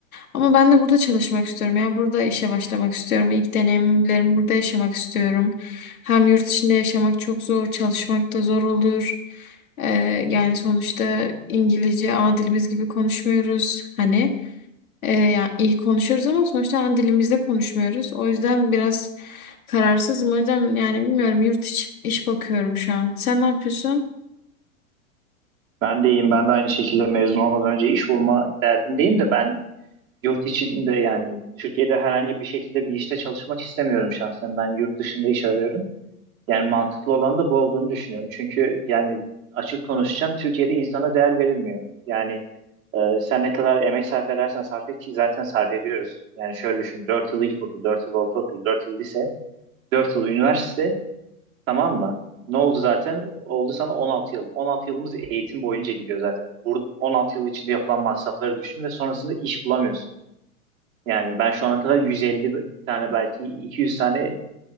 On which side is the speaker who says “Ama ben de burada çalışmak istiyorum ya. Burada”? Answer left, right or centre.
Left